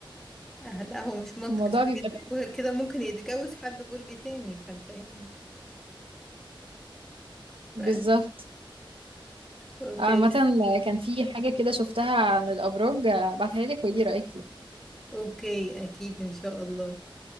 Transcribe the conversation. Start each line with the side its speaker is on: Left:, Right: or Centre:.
Centre: آه لا هو مش منطقي
Right: الموضوع
Centre: سيبك
Right: بيبقى
Centre: انت
Right: غريب.
Centre: وغير كده ممكن يتجوز حد برج تاني فانت يعني
Right: بالظبط
Centre: فاهم اوكي
Right: عامة كان في حاجة كده شفتها عن الأبراج آه، بعتها لك ودي رأيك فيها
Centre: اوكي اكيد ان شاء الله